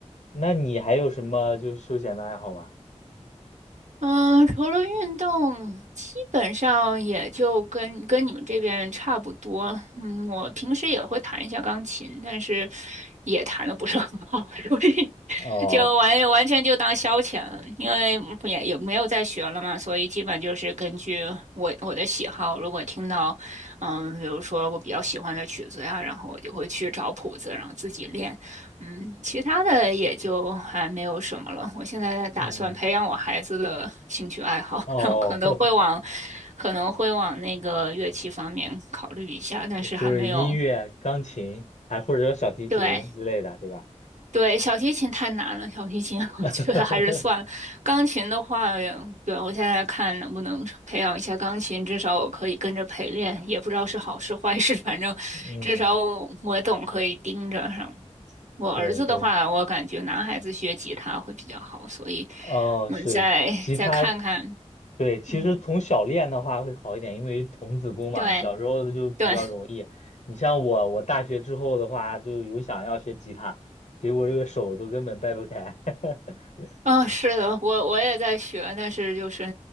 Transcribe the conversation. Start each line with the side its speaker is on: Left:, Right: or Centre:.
Left: 那你还有什么就是休闲的爱好吗？
Right: 嗯，除了运动，基本上也就跟跟你们这边差不多。嗯，我平时也会弹一下钢琴，但是也弹的不是很好，<laughs> 所以
Left: 哦，
Right: 就完完全就当消遣了，因为也也没有在学了嘛，所以基本就是根据我我的喜好，如果听到，嗯，比如说我比较喜欢的曲子呀，然后我就会去找谱子，然后自己练，嗯，其他的也就还没有什么了。我现在在打算培养我孩子的兴趣爱好，
Left: 嗯，哦，
Right: <laughs> 然后可能会往
Left: <laughs>
Right: 可能会往那个乐器方面考虑一下，但是还没有，
Left: 就是音乐、钢琴，还或者说小提琴之类的，
Right: 对，
Left: 对吧？
Right: 对，小提琴太难了，小提琴 <laughs> 我觉得还是算了。
Left: <laughs>
Right: 钢琴的话，对，我现在看能不能培养一下钢琴，至少我可以跟着陪练，也不知道是好事坏事，反正至少我我总可以盯着上。
Left: 嗯，
Right: 我儿子的话，
Left: 对对，
Right: 我感觉男孩子学吉他会比较好，所以
Left: 哦，
Right: 我们再再看看。
Left: 是吉他，对，其实从小练的话会好一点，
Right: 嗯，
Left: 因为童子功嘛，
Right: 对
Left: 小时候就比较容易。
Right: 对，
Left: 你像我，我大学之后的话，就有想要学吉他，结果这个手都根本掰不开。<laughs>
Right: 啊、是的，我我也在学，但是就是